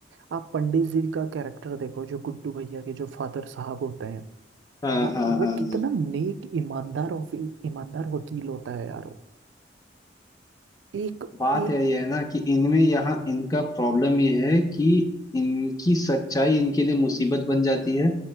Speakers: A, on the right; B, on the left.
A: आप पंडित जी का कैरेक्टर देखो जो गुड्डू भैया के जो फादर साहब होते हैं
B: हाँ
A: वो
B: हाँ हाँ
A: वो
B: हाँ
A: कितना नेक ईमानदार और फिर ईमानदार वकील होता है यार वो एक
B: बात
A: एक
B: है ये है ना कि इनमें यहाँ इनका प्रॉब्लम ये है कि इनकी सच्चाई इनके लिए मुसीबत बन जाती है